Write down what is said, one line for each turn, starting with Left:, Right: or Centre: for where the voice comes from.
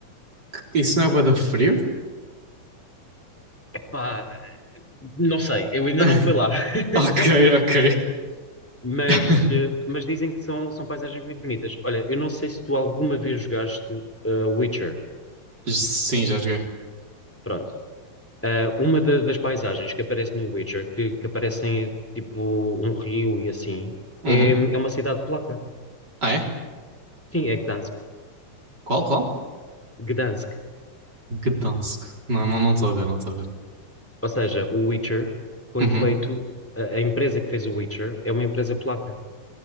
Right: Isso não é bué da frio?
Centre: Epá, Não sei, eu ainda
Right: <laughs>
Centre: não fui lá, <laughs>
Right: Ok, ok.
Centre: mas,
Right: <laughs>
Centre: eh, mas dizem que são, são paisagens muito bonitas. Olha, eu não sei se tu alguma vez jogaste eh, Witcher.
Right: Sim, já joguei.
Centre: Pronto. Ah, uma da- das paisagens que aparece no Witcher, que, que aparecem tipo um rio e assim,
Right: Uhum.
Centre: é, é uma cidade polaca.
Right: Ah, é?
Centre: Sim, é Gdansk.
Right: Qual, qual?
Centre: Gdansk.
Right: Gdansk. Não, não, não estou a ver, não estou a ver.
Centre: Ou seja, o Witcher foi
Right: Uhum.
Centre: feito, a, a empresa que fez o Witcher é uma empresa polaca.